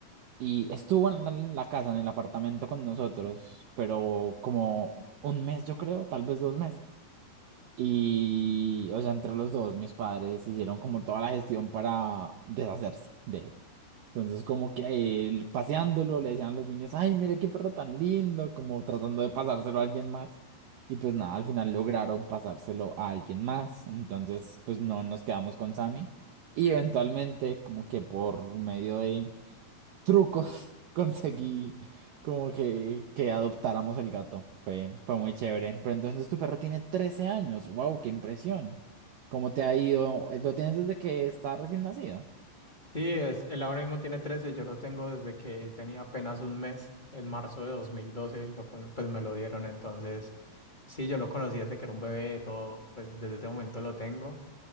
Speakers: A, on the right; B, on the left.
A: y estuvo en la, en la casa, en el apartamento con nosotros, pero como un mes, yo creo, tal vez dos meses. Y, o sea, entre los dos, mis padres hicieron como toda la gestión para deshacerse de él. Entonces, como que él, paseándolo, le decían a los niños, ay, mire qué perro tan lindo, como tratando de pasárselo a alguien más. Y pues nada, al final lograron pasárselo a alguien más. Entonces, pues no nos quedamos con Sammy. Y eventualmente, como que por medio de trucos <laughs> conseguí como que, que adoptáramos el gato. Fue, fue muy chévere. Pero entonces tu perro tiene 13 años. ¡Wow! ¡Qué impresión! ¿Cómo te ha ido? ¿Lo tienes desde que está recién nacido?
B: Sí, es, él ahora mismo tiene trece yo lo tengo desde que él tenía apenas un mes, en marzo de 2012, lo, con- pues me lo dieron, entonces sí, yo lo conocí desde que era un bebé, todo, pues desde ese momento lo tengo.